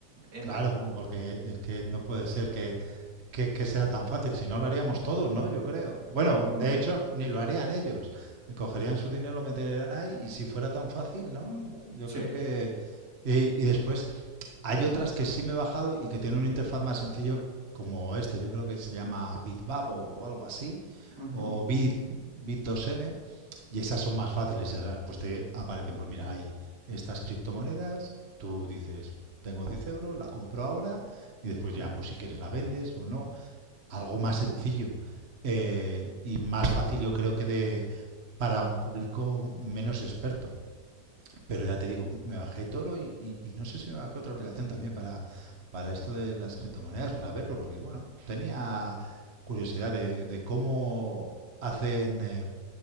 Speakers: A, on the right (about 55°); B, on the right (about 40°).
A: entra.
B: Claro, po- porque es que no puede ser que, que, que sea tan fácil, si no lo haríamos todos, ¿no? Yo creo. Bueno,
A: Ujú.
B: de hecho, ni lo harían ellos. Eh, Cogerían su dinero, lo meterían ahí y si fuera tan fácil, ¿no? Lo- Yo
A: Sí.
B: creo que... eh, y después hay otras que sí me he bajado y que tienen una interfaz más sencillo como este. Yo creo que se llama BitBab o, o algo así,
A: Ujú,
B: o Bit, Bit2M. Y esas son más fáciles, esas pues te aparecen, pues mira,
A: ujú,
B: hay estas criptomonedas, tú dices, tengo 10 euros, la compro ahora y después
A: ujú,
B: ya, pues si quieres la vendes o no. Algo más sencillo eh, y más fácil yo creo que de, para un público menos experto. Pero ya te digo, me bajé Toro y, y- y no sé si me bajé otra aplicación también para, para esto de las criptomonedas, para verlo, porque bueno, tenía curiosidad de, de cómo hacen eh,